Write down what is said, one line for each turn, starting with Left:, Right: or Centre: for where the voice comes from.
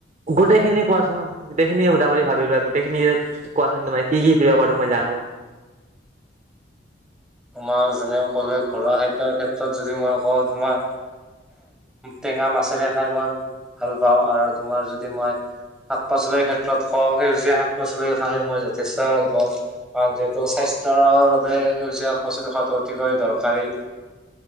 Right: গোটেইখিনি কোৱাচোন গোটেইখিনিয়ে সুধা বুলি ভাবিলো গোটেইখিনিয় কোৱাচোন তোম কি কি প্ৰিয় বাৰু তো মই জানো <unintelligible>
Centre: তোমাক যেনেক কলে ঘৰুৱা খাদ্যৰ ক্ষেত্ৰত যদি মই কওঁ তোমাৰ টেঙা মাছেৰে খাই মই ভাল পাওঁ আৰু তোমাৰ যদি মই শাক পাচলিৰ ক্ষেত্ৰত খওঁ সেউজীয়া শাক পাচলি খাই মই যথেষ্ট ভাল পাওঁ কাৰণ যিহেতু স্বাস্থ স্বাস্থৰ বাবে সজীযপ্ৰচি থকাটো অতিকৈ দৰকাৰী